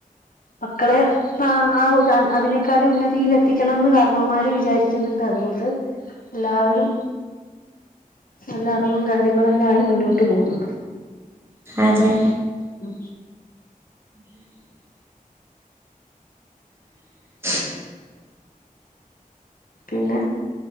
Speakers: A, on the left (about 75°); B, on the right (about 15°).
A: മക്കളെ ആഹ് ആഹ് അതിനേക്കാളും ഉന്നതീയിൽ എത്തിക്കണംന്ന് കാരണവന്മാര് വിചാരിക്കുന്നുണ്ട് അതുകൊണ്ട് എല്ലാവരും നല്ല അറിവും കാര്യങ്ങളുമെല്ലാം ആയി മുന്നോട്ട് പോകുന്നു
B: അതെ
A: മ്
B: ഉ <inaudible>
A: പിന്നെ